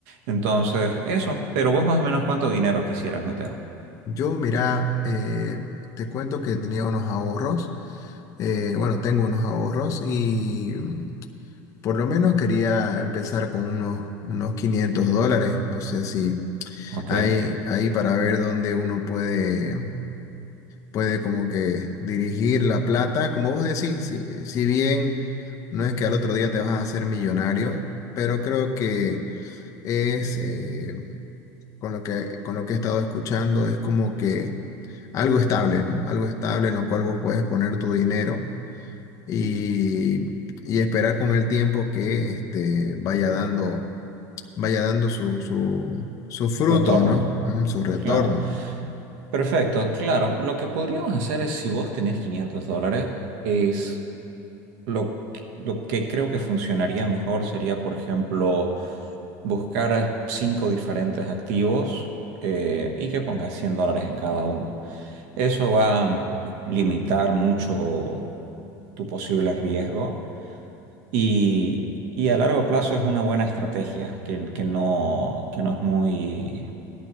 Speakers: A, on the right; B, on the left.
A: Entonces, eso, pero vos más o menos cuánto dinero quisieras meter.
B: Yo, mira, eh, te cuento que tenía unos ahorros, eh, bueno, tengo unos ahorros y mm, por lo menos quería empezar con unos, unos 500 dólares, no sé si
A: Ok,
B: hay ahí para ver dónde uno puede, puede como que dirigir la plata, como vos decís, si, si bien no es que al otro día te vas a hacer millonario, pero creo que es, eh, con lo que, con lo que he estado escuchando, es como que algo estable, ¿no? Algo estable en lo cual vos puedes poner tu dinero y, y esperar con el tiempo que este, vaya dando, vaya dando su- su- sus frutos,
A: retorno,
B: ¿no? Mm, su retorno.
A: claro. Perfecto, claro. Lo que podríamos hacer es, si vos tenés 500 dólares, es lo, lo que creo que funcionaría mejor sería, por ejemplo, buscar cinco diferentes activos eh, y que pongas 100 dólares en cada uno. Eso va a limitar mucho tu posible riesgo y, y a largo plazo es una buena estrategia que, que no, que no es muy